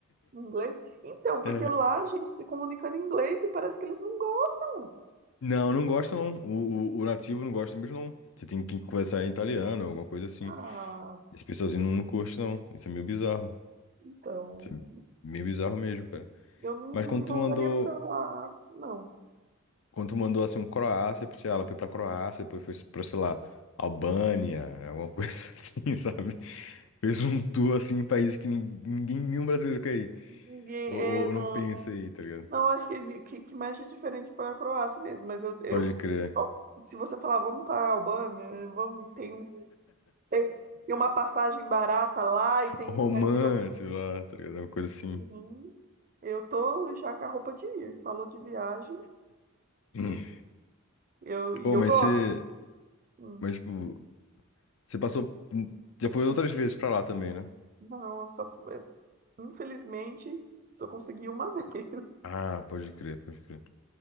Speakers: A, on the right; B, on the left.
A: inglês? Então, porque
B: <laughs>
A: lá a gente se comunica em inglês e parece que eles não gostam.
B: Não, não gosta não. O, o, o nativo não gosta mesmo não. Você tem que conversar em italiano, alguma coisa assim.
A: Ah,
B: Esse pessoalzinho não curte não. Isso é meio bizarro.
A: então,
B: Isso é meio bizarro mesmo, cara.
A: eu não, não
B: Mas quando tu
A: voltaria
B: mandou
A: pra lá, não.
B: Quando tu mandou assim um Croácia pra sei lá, ela foi pra Croácia, depois foi pra, sei lá, Albânia, alguma coisa <laughs> assim, sabe? Fez um tour assim em países que nin- ninguém, nenhum brasileiro quer ir.
A: Ninguém,
B: Ou,
A: é,
B: ou- ou
A: não.
B: não pensa aí, tá ligado?
A: Não, acho que, exi- que, que mais de diferente foi a Croácia mesmo, mas eu, eu
B: Pode crer.
A: se você falar, vamos para a Albânia, né, vamos, tem, um, tem, tem uma passagem barata lá e tem
B: Romã,
A: isso e aquilo, eu, vou-
B: sei lá, tá ligado? Uma coisa assim.
A: Hum, eu tô já com a roupa de ir, falou de viagem,
B: Hum.
A: eu, e
B: Pô,
A: eu
B: mas
A: gosto,
B: você.
A: assim. Hum,
B: Mas, tipo, você passou. hum, Já foi outras vezes pra lá também, né?
A: Não, eu só fui, infelizmente, só consegui uma <laughs> vez.
B: Ah, pode crer, pode crer.